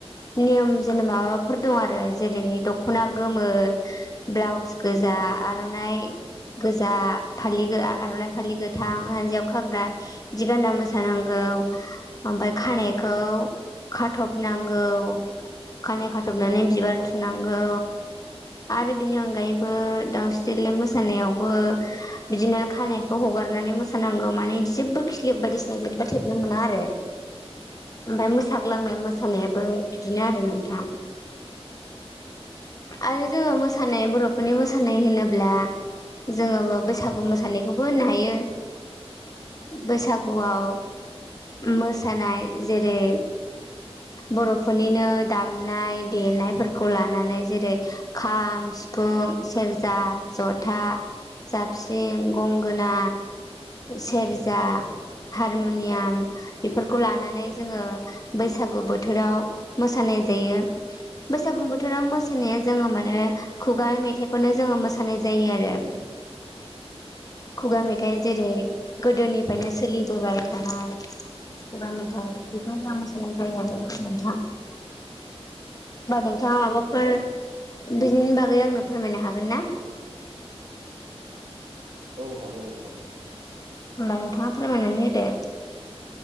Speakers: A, on the left; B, on the right.
A: नियम जेनेबा माबाफोर दं आरो जेरै दख'ना गोमो ब्लाउस गोजा
B: औ
A: आरो आर'नाइ गोजा फालि गो आर'नाइ फालि गोथां जानजियाव खाग्रा बिदि गानना मोसानांगौ ओमफाय खानाइखौ खाथब नांगौ खानाय खाथबनानै बिबार थुनांगौ आरो बिनि अनगायैबो दाउस्रि देलाय मोसानायावबो बिदिनो खानायखौ हगारनानै मोसानांगौ माने इदि जेबो खिलिब बायदिसिना जेबो थेबनो मोना आरो। ओमफाय मोसाग्लांनाय मोसानायाबो बिदिनो आरो नोंथां आरो जोंङो मोसानाय बर'फोरनि मोसानाय होनोब्ला जोंङो बैसागु मोसानायखौबो होननो हायो। बैसागुआव मोसानाय जेरै बर'फोरनिनो दामनाय देनायफोरखौ लानानै‌ जेरै खाम सिफुं सेरजा जथा जाबस्रिं गंगोना सेरजा
B: औ
A: हारमुनियाम बेफोरखौ लानानै जोंङो बैसागु बोथोराव मोसानाय जायो। बैसागु बोथोराव मोस जोंङो माने खुगा मेथाइखौनो जोंङो मोसानाय जायो आरो। खुगा मेथाइ जेरै गोदोनिफ्रायनो सोलिबोबाय थानाय खुगा मेथाइ बेफोरखौनो मोसानाय जायो आरो नोंथां। होमबा नोंथाङा माबाफोर
B: नंगौ नोंथां
A: बिदिनि बागै आंनो फोरमायनो हागोनना।
B: औ हागोन नोंथां
A: होमबा नोंथाङा फोरमायनानै होदो।